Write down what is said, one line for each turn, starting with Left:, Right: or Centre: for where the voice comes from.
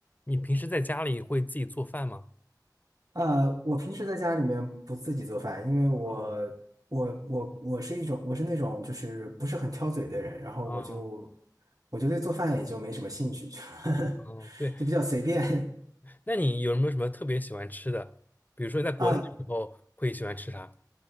Left: 你平时在家里会自己做饭吗？
Right: 呃，我平时在家里面不自己做饭，因为我
Left: 啊
Right: 我我我是一种我是那种就是不是很挑嘴的人，然后我就
Left: 啊
Right: 我就对做饭也就没什么兴趣，就
Left: 啊！
Right: <laughs>
Left: 对，
Right: 就比较随便
Left: 那你有没有什么特别喜欢吃的？比如说你在国内的时候会喜欢吃啥？
Right: 啊。